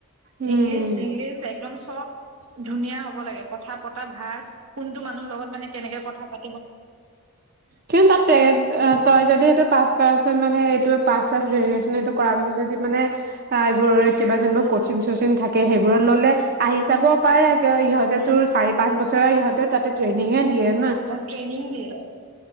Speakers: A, on the right; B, on the right.
A: উম
B: ইংলিছ ইংগলিছ একদম চফ্ট ধুনীয়া হ'ব লাগে কথা পতা ভাজ কোনটো মানুহৰ লগত মানে কেনেকে কথা পা
A: কিন্তু তাতে
B: লাগে
A: গ
B: চব
A: তই যদি সেইটো পাছ কৰা পছত মানে এইটো পাছ চাচ গ্ৰেজো টো কৰা পিছত যদি মানে অ এইবোৰৰে কিবা যোনিবোৰ কচিং চচিং থাকে সেইবোৰ ললে আহি যাব পাৰে। ইহঁতে
B: উম।
A: তোৰ চাৰি পাঁচ বছৰে ইহঁতে তাত ট্ৰেনিংহে দিয়ে। নাহ
B: ট্ৰেনিং দিয়ে